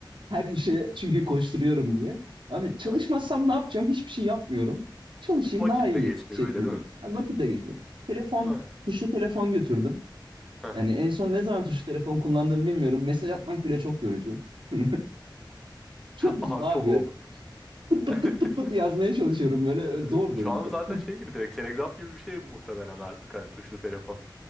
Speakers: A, on the right; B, in the centre.
A: Her işe çünkü koşturuyorum diye. Abi çalışmazsam
B: <laughs>
A: ne yapacağım? Hiçbir şey yapmıyorum. Çalışayım
B: Vakit
A: daha iyi
B: de geçmiyor
A: şeklinde.
B: öyle değil mi?
A: Abi vakit de geçmiyor. Telefon,
B: Aynen.
A: tuşlu telefon götürdüm.
B: <laughs>
A: Yani en son ne zaman tuşlu telefon kullandığımı bilmiyorum. Mesaj atmak bile çok yorucu. <laughs> Çok uzun
B: Abi
A: abi.
B: çok oldu.
A: Pıt
B: <laughs>
A: pıt pıt pıt pıt yazmaya çalışıyorum böyle.
B: Ee,
A: Zordu
B: e, Şu
A: o yüzden.
B: an zaten şey gibi direkt telegraf gibi bir şey muhtemelen artık hani tuşlu telefon.